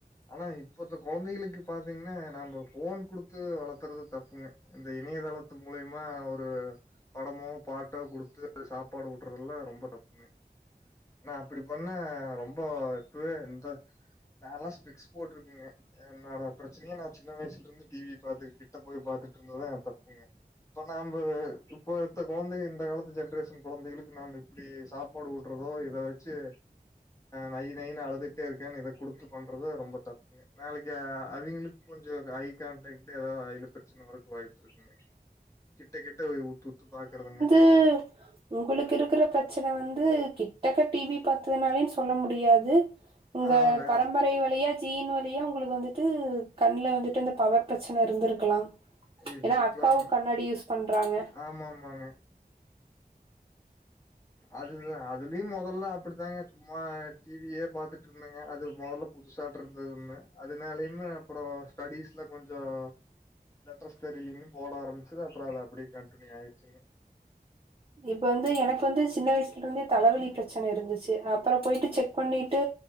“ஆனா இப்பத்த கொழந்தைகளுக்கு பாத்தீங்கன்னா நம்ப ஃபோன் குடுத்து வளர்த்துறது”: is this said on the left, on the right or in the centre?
Left